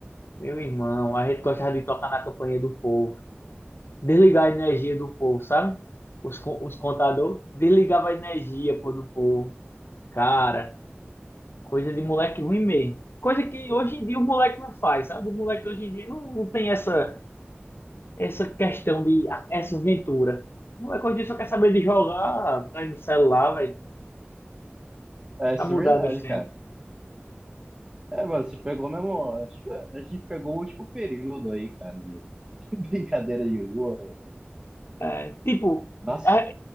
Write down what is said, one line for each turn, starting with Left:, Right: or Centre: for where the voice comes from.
Left: Meu irmão, a gente gostava de tocar na campanha do povo. Desligar a energia do povo, sabe? Os, co- os contadores desligava a energia, pô, do povo. Cara, Coisa de moleque ruim mesmo. Coisa que hoje em dia o moleque não faz, sabe? O moleque hoje em dia não, não tem essa, essa questão de a- essa aventura. O moleque hoje em dia só quer saber de jogar, tá aí no celular, velho.
Right: é, isso
Left: Tá mudado
Right: é verdade,
Left: os tempos.
Right: cara. É, mano, você pegou mesmo. Acho que a gente pegou o último período aí, cara, de <laughs> brincadeira de rua. mano.
Left: É, tipo,
Right: Nossa.
Left: a-